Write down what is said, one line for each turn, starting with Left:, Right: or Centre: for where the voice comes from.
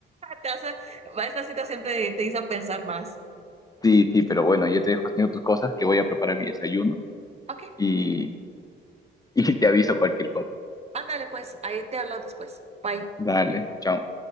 Right: Te hace- esta situación te, te hizo pensar más.
Left: Sí, sí, pero bueno, yo te dejo haciendo tus cosas, que voy a preparar mi desayuno
Right: Ok,
Left: y, <laughs> y te aviso cualquier cosa.
Right: ándale pues, ahí te hablo después. Bye.
Left: Dale, chao.